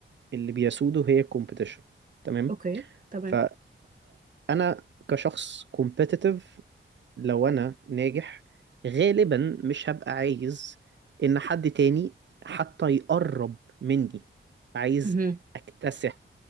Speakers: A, on the right; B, on the right.
A: اللي بيسوده هي الكومبيتيشن تمام
B: اوكي تمام
A: ف فانا كشخص competitive لو انا ناجح غالبا مش هبقى عايز ان حد تاني حتى يقرب مني عايز
B: مهم.
A: اكتسح